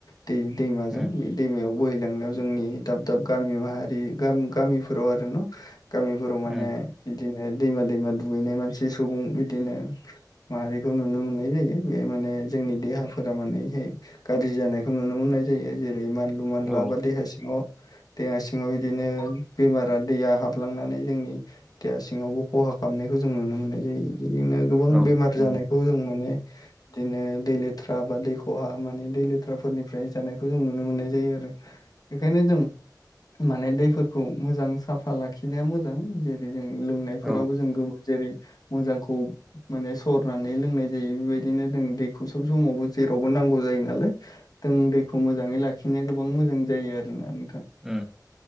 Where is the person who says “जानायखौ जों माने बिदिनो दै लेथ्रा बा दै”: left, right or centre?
Left